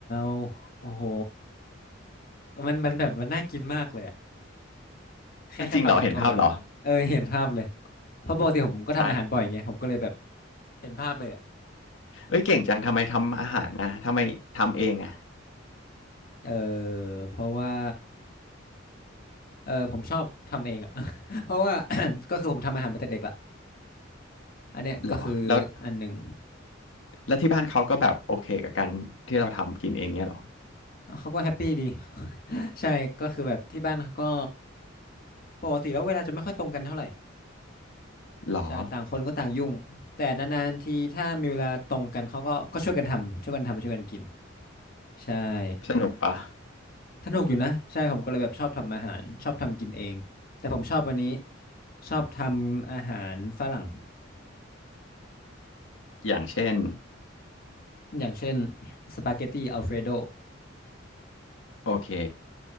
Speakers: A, on the left; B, on the left.
A: วโอ้โหมันมันแบบมันน่ากินมากเลยอะแค่แค่ฟังผมก็แบบเออเห็นภาพเลย
B: จริงเหรอเห็นภาพเหรอ
A: เพราะปกติผมก็ทำอาหารบ่อยไงผมก็เลยแบบ
B: ใช่
A: เห็นภาพเลยอ่ะ
B: เอ้ยเก่งจังทำไมทำอาหารนะทำไมทำเองอะ
A: เออเพราะว่าเออผมชอบทำเองอ่ะ <laughs> เพราะว่า <coughs> ก็คือผมทำอาหารมาแต่เด็กละอันเนี้ยก็คือ
B: เหรอแล้ว
A: อันหนึ่ง
B: แล้วที่บ้านเขาก็แบบโอเคกับการที่เราทำกินเองเนี่ยเหรอ
A: เขาก็แฮปปี้ดี <laughs> ใช่ก็คือแบบที่บ้านเขาก็ปกติแล้วเวลาจะไม่ค่อยตรงกันเท่าไหร่
B: หรอ
A: ใช่ต่างคนก็ต่างยุ่งแต่นานๆทีถ้ามีเวลาตรงกันเขาก็ก็ช่วยกันทำช่วยกันทำช่วยกันกินใช่
B: สนุกปะ
A: สนุกอยู่นะใช่ผมก็เลยแบบชอบทำอาหารชอบทำกินเองแต่ผมชอบวันนี้ชอบทำอาหารฝรั่ง
B: อย่างเช่น
A: อย่างเช่นสปาเกตตีอัลเฟรโด
B: โอเค